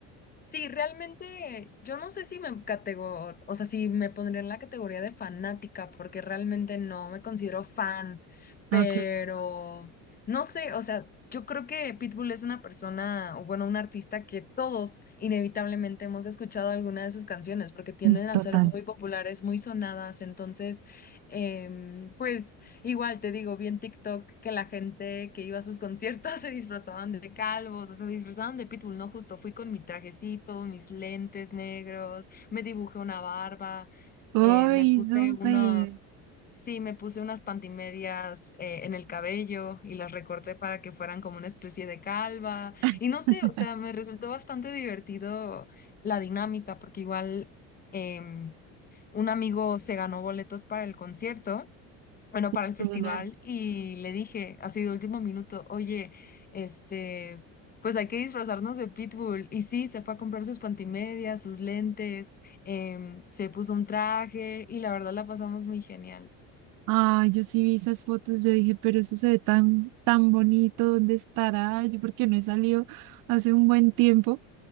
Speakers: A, on the left (about 25°); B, on the right (about 75°).
A: Sí, realmente yo no sé si me categor, o sea, si me pondría en la categoría de fanática, porque realmente no me considero fan, pero
B: Ah, Ok,
A: no sé, o sea, yo creo que Pitbull es una persona, o bueno, un artista que todos inevitablemente hemos escuchado alguna de sus canciones, porque tienden
B: es
A: a
B: total.
A: ser muy populares, muy sonadas, entonces, em, pues... Igual te digo, vi en TikTok que la gente que iba a sus conciertos <laughs> se disfrazaban de calvos, o sea, se disfrazaban de Pitbull, ¿no? Justo fui con mi trajecito, mis lentes negros, me dibujé una barba,
B: ¡Uy,
A: eh, me puse
B: súper!
A: unos, sí, me puse unas pantimedias eh, en el cabello y las recorté para que fueran como una especie de calva.
B: <laughs>
A: Y no sé, o sea, me resultó bastante divertido la dinámica, porque igual em, un amigo se ganó boletos para el concierto bueno, para
B: Qué
A: el festival
B: genial.
A: y le dije, así de último minuto, oye, este, pues hay que disfrazarnos de Pitbull. Y sí, se fue a comprar sus pantimedias, sus lentes, em, se puso un traje y la verdad la pasamos muy genial.
B: Ay, yo sí vi esas fotos, yo dije, pero eso se ve tan, tan bonito, ¿dónde estará? Yo porque no he salido hace un buen tiempo